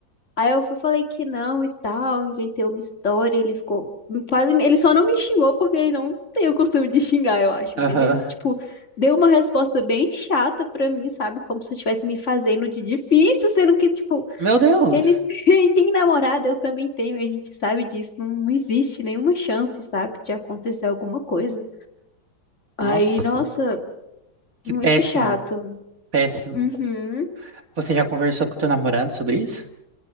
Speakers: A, on the left; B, on the right.
A: Aí eu fui, falei que não e tal, inventei uma história, ele ficou quase, ele só não me xingou porque ele não tem o costume de xingar, eu acho,
B: aham.
A: mas ele tipo deu uma resposta bem chata pra mim, sabe, como se eu estivesse me fazendo de difícil, sendo que tipo,
B: Meu Deus!
A: ele <laughs> ele tem namorada, eu também tenho, e a gente sabe disso, não, não existe nenhuma chance, sabe, de acontecer alguma coisa. Aí,
B: Nossa,
A: nossa,
B: que
A: muito
B: péssimo,
A: chato.
B: péssimo.
A: Uhum.
B: Você já conversou com teu namorado sobre isso?